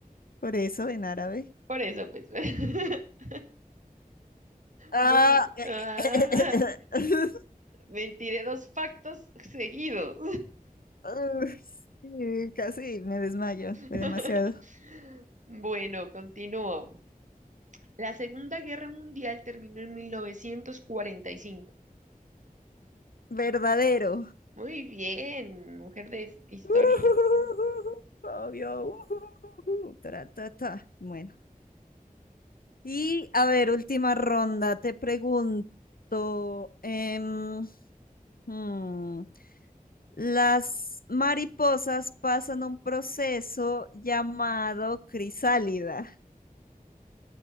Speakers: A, on the left; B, on the right.
A: Por eso, en árabe.
B: Por eso, pues. <laughs>
A: Ah.
B: Muy. Ah,
A: <laughs>
B: me tiré dos factos seguidos.
A: Uf, sí, casi me desmayo. Fue
B: <laughs>
A: demasiado.
B: Bueno, continúo. La Segunda Guerra Mundial terminó en 1945.
A: Verdadero.
B: Muy bien, mujer de his- historia.
A: <laughs> Obvio. <laughs> Tra, ta, ta. Bueno. Y a ver, última ronda, te pregunto, em, hmm, las mariposas pasan un proceso llamado crisálida.